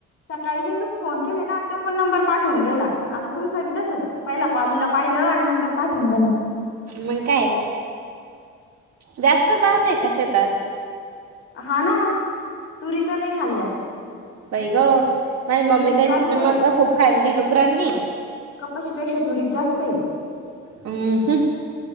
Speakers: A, on the left; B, on the right.
A: सकाळी बिं मी फोन केले ना, तो कोण नंबर पाठवून गेला आता तुमचाबी तसच पहिला कॉलला पाहिलं आणि नंतर पाठवून गेला.
B: मग काय जास्त, बाद आहे का शेतात
A: हा ना तुरी तर लय खाल्या.
B: बाई ग माझी
A: तुरीत
B: मम्मी त्यांची
A: जास्त
B: बी
A: आहे.
B: मका खूप खाल्ली डुकरांनी
A: कपाशीपेक्षा तुरीत जास्त ते.
B: हम् ह.